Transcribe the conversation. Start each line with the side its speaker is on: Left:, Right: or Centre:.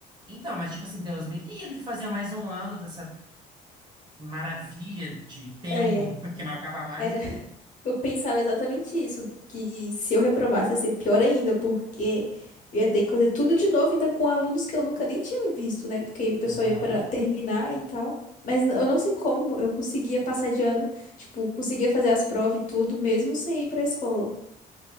Right: Então, mas tipo assim, Deus me livre de fazer mais um ano dessa maravilha de tempo
Left: É,
Right: <laughs> que não acaba mais.
Left: era Eu pensava exatamente isso, que se eu reprovasse ia ser pior ainda, porque eu ia ter que fazer tudo de novo, ainda com alunos que eu nunca nem tinha visto, né? Porque o pessoal
Right: Aham.
Left: ia para terminar e tal. Mas n- eu não sei como, eu conseguia passar de ano, tipo, conseguia fazer as provas e tudo, mesmo sem ir pra escola.